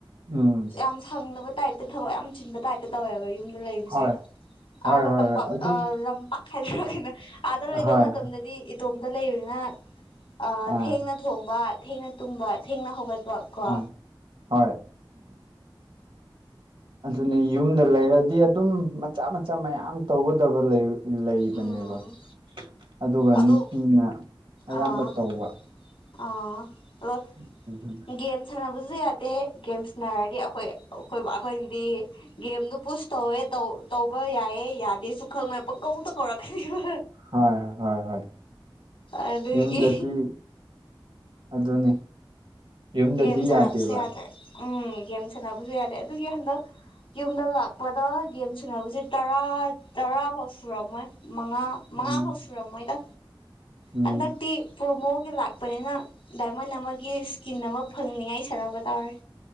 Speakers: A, on the right; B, on the left.
A: ꯎꯝ
B: ꯌꯥꯝ ꯁꯪꯗꯕ ꯇꯥꯏꯞꯇ ꯊꯕꯛ ꯌꯥꯝ ꯆꯤꯟꯕ ꯇꯥꯏꯞꯇ ꯇꯧꯋꯦꯕ ꯌꯨꯝꯗ ꯂꯩꯕꯁꯦ
A: ꯍꯣꯏ ꯍꯣꯏ
B: ꯑꯥꯗ
A: ꯍꯣꯏ
B: ꯇꯝꯄꯥꯛ
A: ꯍꯣꯏ ꯑꯗꯨꯝ
B: ꯑꯥ ꯂꯝꯄꯥꯛ ꯍꯥꯏꯗꯔ ꯀꯩꯅ‌ꯣ ꯑꯥꯗ ꯂꯩꯕ
A: ꯍꯣꯏ
B: ꯃꯇꯝꯗꯗꯤ ꯏꯇꯣꯝꯇ ꯂꯩꯕꯅꯤꯅ ꯑ
A: ꯑꯥ
B: ꯊꯦꯡꯅ ꯊꯣꯡꯕ ꯊꯦꯡꯅ ꯇꯨꯝꯕ ꯊꯦꯡꯅ ꯍꯧꯒꯠꯄ ꯀꯣ
A: ꯎꯝ ꯍꯣꯏ ꯑꯗꯨꯅꯤ ꯌꯨꯝꯗ ꯂꯩꯔꯗꯤ ꯑꯗꯨꯝ ꯃꯆꯥ ꯃꯆꯥ ꯃꯌꯥꯝ ꯇꯧꯒꯗꯕ ꯂꯩꯕ ꯂꯩꯕꯅꯦꯕ
B: ꯎꯝ
A: ꯑꯗꯨꯒ
B: ꯑꯗꯣ
A: ꯅꯨꯄꯤꯅ ꯑꯌꯥꯝꯕ
B: ꯑꯥ
A: ꯇꯧꯕ
B: ꯑꯥ ꯑꯗꯣ
A: ꯎꯝ ꯑꯗꯨꯅ
B: ꯒꯦꯝ ꯁꯥꯟꯅꯕꯁꯨ ꯌꯥꯗꯦ ꯒꯦꯝ ꯁꯥꯟꯅꯔꯗꯤ ꯑꯩꯈꯣꯏ ꯑꯩꯈꯣꯏ ꯕ ꯑꯩꯈꯣꯏ ꯗꯤ ꯒꯦꯝꯗꯨ ꯄꯨꯁ ꯇꯧꯋ‌ꯦ ꯇꯧꯕ ꯌꯥꯏꯑꯦ ꯌꯥꯗꯦꯁꯨ ꯈꯪꯉꯣꯏ ꯄꯪꯀꯧꯇ ꯀꯧꯔꯛꯀꯅꯤꯕ
A: ꯍꯣꯏ ꯍꯣꯏ ꯍꯣꯏ
B: ꯑꯗꯨꯒꯤ
A: ꯌꯨꯝꯗꯗꯤ ꯑꯗꯨꯅꯤ ꯌꯨꯝꯗꯗꯤ
B: ꯒꯦꯝ ꯁꯥꯟꯅꯕꯁꯨ
A: ꯌꯥꯗꯦꯕ
B: ꯌꯥꯗ꯭ꯔꯦ ꯎꯝ ꯒꯦꯝ ꯁꯥꯟꯅꯕꯁꯨ ꯌꯥꯗ‌ꯦ ꯑꯗꯨꯒꯤ ꯍꯟꯗꯛ ꯌꯨꯝꯗ ꯂꯥꯛꯄꯗ ꯒꯦꯝ ꯁꯟꯅꯕꯁꯦ ꯇꯔꯥ ꯇꯔꯥꯐꯥꯎ ꯁꯨꯔꯝꯃꯣꯏ ꯃꯉꯥ ꯃꯉꯥ
A: ꯎꯝ
B: ꯐꯥꯎ ꯁꯨꯔꯝꯃꯣꯏꯗ
A: ꯎꯝ
B: ꯍꯟꯗꯛꯇꯤ ꯄ꯭ꯔꯣꯃꯣ ꯂꯥꯛꯄꯅꯤꯅ ꯗꯥꯏꯃꯟ ꯑꯃꯒꯤ ꯏꯁꯀꯤꯟ ꯑꯃ ꯐꯪꯅꯤꯉꯥꯏ ꯁꯥꯟꯅꯕ ꯇꯥꯔꯦ